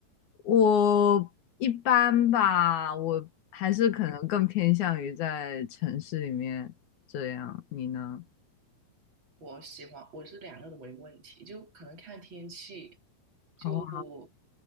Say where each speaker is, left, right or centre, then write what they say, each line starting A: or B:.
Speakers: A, on the left; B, on the right.
A: 我一般吧，我还是可能更偏向于在城市里面这样，你呢？
B: 我喜欢，我是两个都没问题，就可能看天气，就
A: 哦